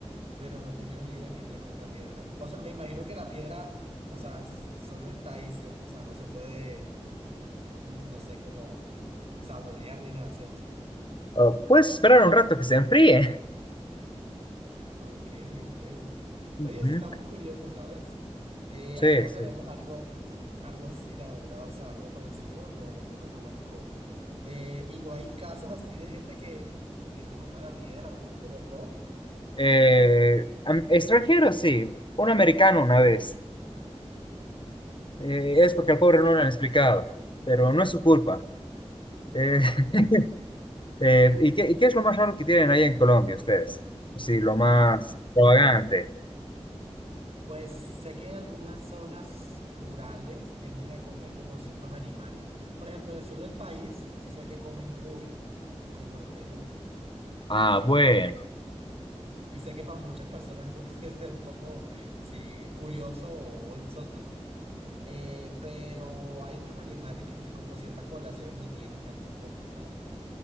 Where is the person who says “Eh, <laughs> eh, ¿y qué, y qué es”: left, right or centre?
Left